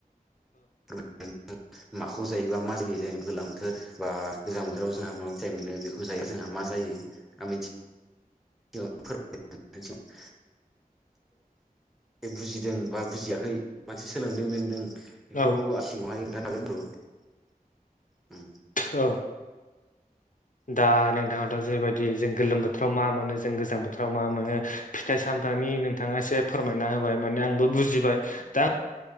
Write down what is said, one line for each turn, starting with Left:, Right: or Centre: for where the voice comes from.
Centre: <inaudible> माखौ जायोबा मा जायो जेन गोलां बोथोर बा गोजां बोथोराव जोंहा मा फिथाइ मोनो बेखौ जायो जोंहा मा जायो आं मिथि <unintelligible> बुजिदों बा बुजिया खै मानसि सोलोंदों <inaudible> बेखौ
Left: औ
Centre: आसिगाङावहाय खोनथानो हागोन <unintelligible> उम
Left: औ‌ दा नोंथाङथ' जेरैबायदि जों गोलोम बोथोराव मा मोनो जों गोजां बोथोराव मा मोनो फिथाइ सामथाइनि नोंथाङा एसे फोरमायना होबाय माने आंबो बुजिबाय <inaudible>